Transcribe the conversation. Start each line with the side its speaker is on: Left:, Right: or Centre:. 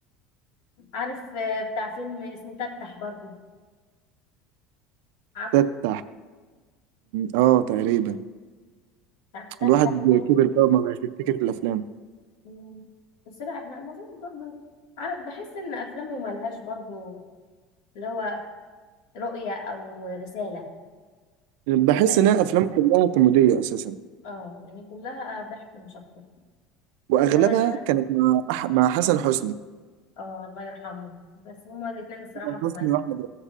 Left: عارف آه، بتاع فيلم اسمه تفتح برضو عارفه
Right: تفتح اه تقريبا
Left: بتاع تفتح
Right: الواحد
Left: ده
Right: كبر بقى وما بقاش يفتكر الافلام
Left: مم. بس لا احنا المفروض برضو عارف بحس ان افلامه ملهاش برضو اللي هو رؤية او رسالة
Right: بحس
Left: ولا ايه
Right: ان الافلام كلها كوميدية اساسا
Left: اه يعني كلها ضحك مش اكتر
Right: واغلبها
Left: انما انها
Right: كانت مع أح... مع حسن حسني
Left: اه الله يرحمه بس هما الاتنين الصراحة
Right: حسن
Left: جمال
Right: حسني واحمد